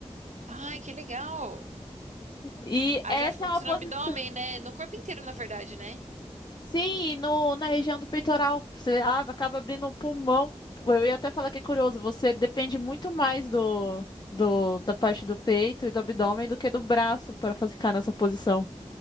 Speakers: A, on the right; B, on the left.
A: Ai, que legal.
B: E
A: Haja
B: essa
A: força
B: é uma posição.
A: no abdômen, né? No corpo inteiro, na verdade, né?
B: Sim, e no, na região do peitoral. Você a- acaba abrindo o pulmão. Eu ia até falar que é curioso, você depende muito mais do, do, da parte do peito e do abdômen do que do braço para ficar nessa posição.